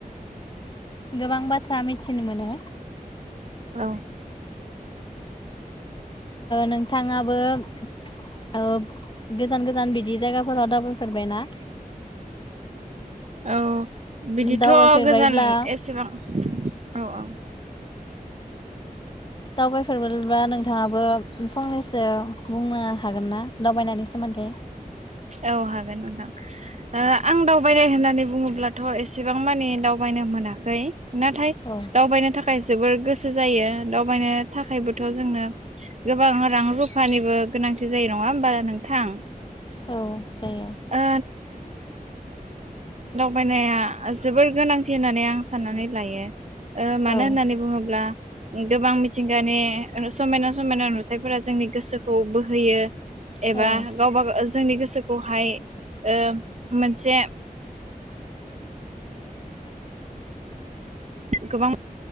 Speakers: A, on the left; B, on the right.
A: गोबां बाथ्रा मिथिनो मोनो
B: औ
A: नोंथाङाबो ओ गोजान गोजान बिदि जायगाफोराव दावबाय फेरबायना
B: औ बिदिथ'
A: दावबायफेरबायब्ला
B: गोजान एसेबां औ औ
A: दावबायफेरबोब्ला नोंथाङाबो फंनैसो बुंनो हागोन ना दावबायनायनि सोमोन्दै
B: औ हागोन नोंथां ओ आं दावबायनाय होननानै बुङोब्लाथ' एसेबां माने दावबायनो मोनाखै नाथाय
A: औ
B: दावबायनो थाखाय जोबोर गोसो जायो दावबायनो थाखायबोथ' जोंनो गोबां रां रुफानिबो गोनांथि जायो नङा होमबा नोंथां
A: औ जायो।
B: ओ खमायनाया जोबोर गोनांथि होननानै आं साननानै लायो ओ मानो
A: औ
B: होननानै बुङोब्ला गोबां मिथिंगानि समायना समायना नुथायफोरा जोंनि गोसोखौ बोहोयो एबा
A: औ
B: गावबाव जोंनि गोसो गोसोखौहाय ओ मोनसे गोबां